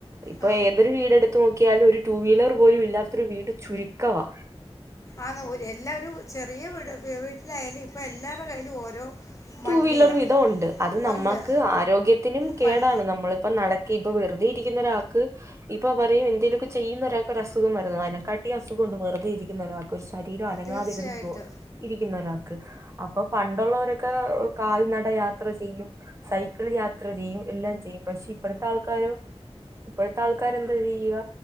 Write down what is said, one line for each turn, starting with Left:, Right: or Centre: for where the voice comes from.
Right: ഇപ്പൊ
Left: ആ
Right: ഏതൊരു വീടെടുത്ത് നോക്കിയാലും ഒരു ടു വീലർ പോലും ഇല്ലാത്തൊരു വീട് ചുരുക്കവാ
Left: ആന്ന് എല്ലാവരും ചെറീയ വീട് വീട്ട്ലായാലും ഇപ്പൊ എല്ലാരുടെ കയ്യ്ലും ഓരോ വണ്ടിയാണ്
Right: ടു വീലർ വിധം ഉണ്ട്. അത് നമ്മൾക്ക്
Left: ഉണ്ട്
Right: ആരോഗ്യത്തിനും കേടാണ്
Left: പ-
Right: നമ്മൾ ഇപ്പൊ നടക്ക ഇപ്പൊ വെറുതെ ഇരിക്കുന്ന ഒരാക്ക് ഇപ്പൊ പറയും എന്തേലൊക്കെ ചെയ്യുന്ന ഒരാക്ക് ഒരു അസുഖം വരുന്നെ അയ്നെക്കാട്ടി അസുഖ ഉണ്ട്. വെറുതെ ഇരിക്കുന്ന ഒരാൾക്ക് ഒരു ശരീം അനങ്ങാതിരിന്നുക്കൊ
Left: തീർച്ചയായിട്ട്
Right: ഇരിക്കു സ ഒരാൾക്ക് അപ്പൊ പണ്ടുള്ളവരെ ക്കെ കാൽനട യാത്ര ചെയ്യും സൈക്കിൾ യാത്ര ചെയ്യും. എല്ലാം ചെയ്യും പക്ഷെ ഇപ്പഴത്തെ ആൾക്കാരോ ഇപ്പഴത്തെ ആൾക്കാർ എന്താ ചെയ്യ